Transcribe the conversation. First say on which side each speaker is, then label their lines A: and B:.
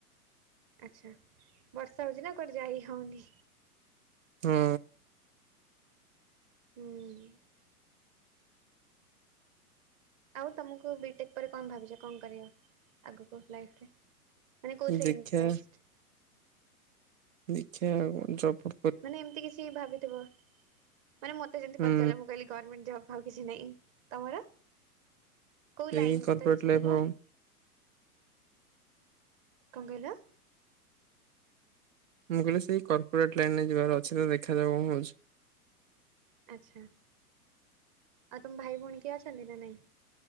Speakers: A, on the right (about 35°); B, on the right (about 55°).
A: ଆଛା, ବର୍ଷା ହଉଚି ନା, କୁଆଡେ ଯାଇ ହଉନି।
B: ହଁ।
A: ହୁଁ। ଆଉ ତମକୁ ବିଟେକ୍ ପରେ କଣ ଭାବିଛ, କଣ କରିବ, ଆଗକୁ ଲାଇଫ୍ ରେ? ମାନେ କୋଉଥିରେ
B: ଦେଖିଆ
A: ଇଣ୍ଟ୍ରେଷ୍ଟ?
B: ଦେଖିବା ଆଉ ଜବ
A: ମାନେ ଏମିତି କିଛି ଭାବିଥିବ, ମାନେ ମତେ ଯେମିତି
B: ହୁଁ
A: ପଚାରିଲ, ମୁଁ କହିଲି ଗର୍ମେଣ୍ଟ ଜବ୍। ଆଉ କିଛି ନାଇଁ, ତମର, କୋଉ ଲାଇନରେ
B: ଏଇ କର୍ପୋରେଟ୍
A: ତ ଇଛା
B: ଲାଇଫ୍
A: ଥିବ?
B: ଆଉ
A: କଣ କହିଲ?
B: ମୁଁ କହିଲି ସେ କର୍ପୋରେଟ ଲାଇନ ରେ ଯିବାର ଅଛି, ତ ଦେଖାଯାଉ କଣ ହଉଛି?
A: ଆଛା, ଆଉ ତମ ଭାଇ ଭଉଣୀ କିଏ ଅଛନ୍ତି ନା ନାହିଁ?